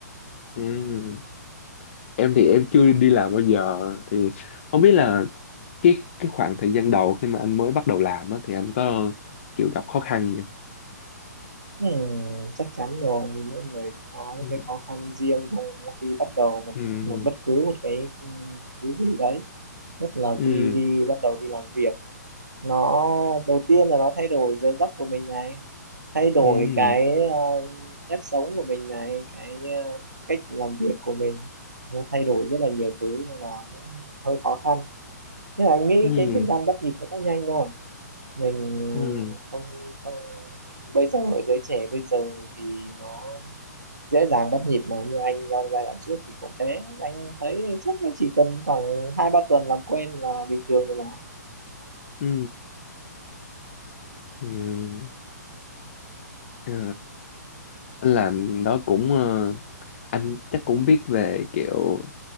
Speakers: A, on the left; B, on the right.
A: Ừ. Em thì em chưa đi làm bao giờ thì không biết là cái cái khoảng thời gian đầu khi mà anh mới bắt đầu làm á, thì anh có kiểu gặp khó khăn gì không?
B: Ừ, chắc chắn rồi vì mỗi người có những
A: Ừ.
B: cái khó khăn riêng trong khi bắt đầu một
A: Ừ.
B: một bất cứ một cái ừ, thứ gì đấy nhất là
A: Ừ.
B: khi đi bắt đầu đi làm việc nó đầu tiên là nó thay đổi giờ giấc của mình này thay đổi
A: Ừ.
B: cái ờ, nếp sống của mình này cái ờ, cách làm việc của mình nó thay đổi rất là nhiều thứ nên là cũng hơi khó khăn nhưng mà anh nghĩ
A: Ừ.
B: cái thời gian bắt nhịp nó cũng nhanh thôi mình
A: Ừ.
B: ờ, không không bây giờ giới trẻ bây giờ thì nó dễ dàng bắt nhịp mà như anh trong giai đoạn trước thì cũng thế anh thấy chắc là chỉ cần khoảng hai ba tuần làm quen là bình thường rồi mà
A: Ừ. Ừ. Ờ, Anh làm đó cũng ờ, anh chắc cũng biết về kiểu